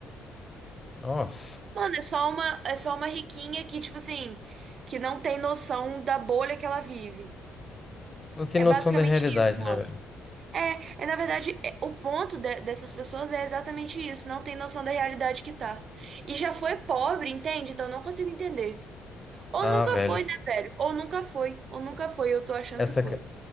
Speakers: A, on the left; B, on the right.
A: Nossa.
B: Mano, é só uma, é só uma riquinha que, tipo assim, que não tem noção da bolha que ela vive.
A: Não tem
B: É
A: noção
B: basicamente
A: da realidade,
B: isso, mano.
A: né, velho?
B: É, é na verdade, é- o ponto de- dessas pessoas é exatamente isso, não tem noção da realidade que tá. E já foi pobre, entende? Então eu não consigo entender. Ou
A: Ah,
B: nunca
A: velho.
B: foi, né, velho? Ou nunca foi, ou nunca foi, eu tô achando
A: Essa.
B: que foi.
A: ca-